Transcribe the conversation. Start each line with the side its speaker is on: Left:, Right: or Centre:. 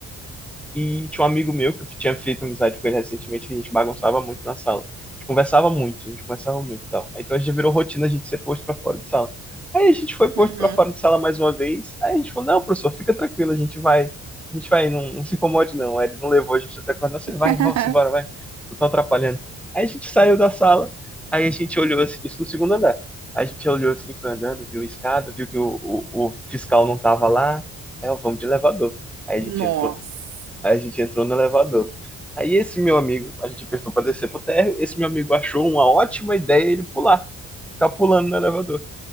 Centre: E tinha um amigo meu que eu tinha feito amizade com ele recentemente, que a gente bagunçava muito na sala. A gente conversava muito, a gente conversava muito e tal. Aí, Então a gente virou rotina a gente ser posto pra fora de sala. Aí a gente foi posto
Right: Uhum.
Centre: pra fora de sala mais uma vez. Aí a gente falou: não, professor, fica tranquilo, a gente vai, a gente vai, não, não se incomode não. Aí ele não levou a gente até quando, você
Right: <laughs>
Centre: vai, vamos embora, vai, eu tô atrapalhando. Aí a gente saiu da sala, aí a gente olhou assim, isso no segundo andar. A gente olhou assim, foi andando, viu a escada, viu que o, o, o fiscal não tava lá. Aí, ó, vamos de elevador. Aí a gente
Right: Nossa.
Centre: entrou Aí a gente entrou no elevador. Aí esse meu amigo, a gente apertou para descer pro térreo, esse meu amigo achou uma ótima ideia ele pular, ficar pulando no elevador.